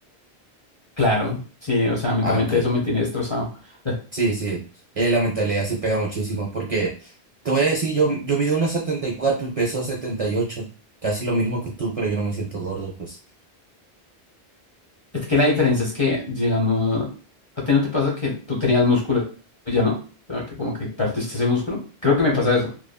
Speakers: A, on the left (about 30°); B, on the right (about 40°).
A: Claro, sí, o sea, mentalmente
B: Ah, ok.
A: eso me tiene destrozado. <laughs>
B: Sí, sí, eh, la mentalidad sí pega muchísimo porque te voy a decir, yo, yo mido unos setenta y cuatro y peso setenta y ocho casi lo mismo que tú, pero yo no me siento gordo, pues.
A: Es que la diferencia es que, digamos, ¿a ti no te pasa que tú tenías músculo y ya no? O sea, que como que perdiste ese músculo. Creo que me pasa eso.